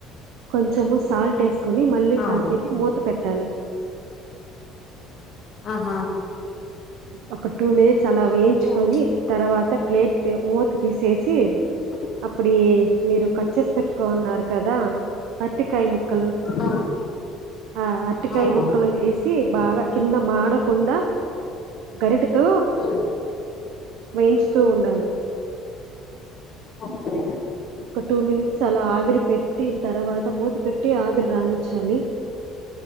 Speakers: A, on the right (about 70°); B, on the left (about 30°).
A: కొంచము సాల్ట్ వేస్ కొన్ని మళ్ళీ
B: అవును
A: కాసేపు మూత పెట్టాలి
B: ఆహా
A: ఒక టూ మినిట్స్ అలా వేయించుకొని
B: ఉమ్,
A: తర్వాత ప్లేట్ మూత తీసేసి
B: <unintelligible>
A: ఇప్పుడు ఏ మీరు కట్ చేేసి పెట్టుకోన్నారు కదా అ అట్టికాయ ముక్కలు
B: ఆ
A: ఆ అట్టికాయ
B: అవునవును
A: ముక్కలు వేసి బాగా కింద మాడ కుండ గరిటతో
B: ఉమ్,
A: వేయించుతూ ఉండాలి
B: ఓకే
A: ఒక టూ మినిట్స్ అలా ఆవిరి పెట్టిన తర్వాత మూత పెట్టి ఆవిరి రాణించాలి